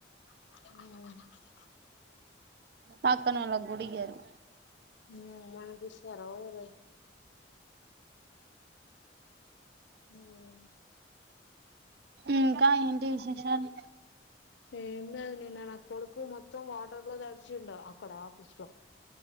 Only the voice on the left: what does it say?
హమ్
ఉ మనకి సార భై మ్మ్
ఏది నిన్నను కొడుకు మొత్తం వాటర్ బ్లో త అడిచిండ అక్కడ ఆఫీస్ లో